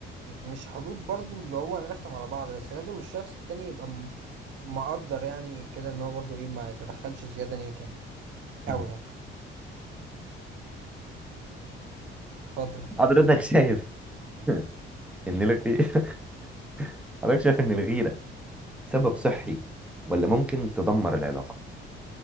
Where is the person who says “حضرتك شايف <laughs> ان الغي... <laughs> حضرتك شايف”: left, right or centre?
Centre